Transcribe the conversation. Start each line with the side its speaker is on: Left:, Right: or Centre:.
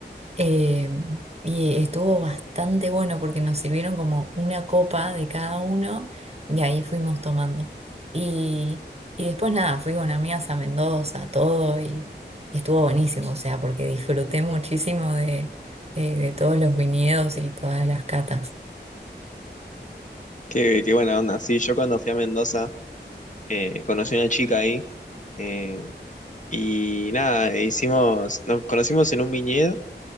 Right: Eh, y estuvo bastante bueno porque nos sirvieron como una copa de cada uno y ahí fuimos tomando. Y, y después nada, fui con amigas a Mendoza, todo y, y estuvo buenísimo, o sea, porque disfruté muchísimo de, de- de todos los viñedos y todas las catas.
Left: Qué, qué buena onda. Sí, yo cuando fui a Mendoza eh, conocí a una chica ahí eh, y nada, hicimos, nos conocimos en un viñedo.